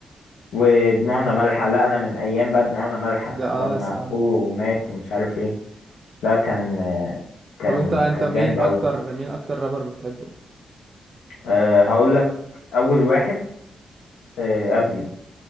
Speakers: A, on the left (about 80°); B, on the right (about 50°).
A: ودموعنا مالحة لا أنا من أيام بقى دموعنا مالحة
B: ده اه
A: لما
B: يا سلام
A: أخوه مات ومش عارف إيه لا كان كان
B: طب انت انت
A: كان
B: مين
A: جامد أوي
B: أكتر مين أكتر رابر بتحبه؟
A: أه هقول لك أول واحد أه أبيو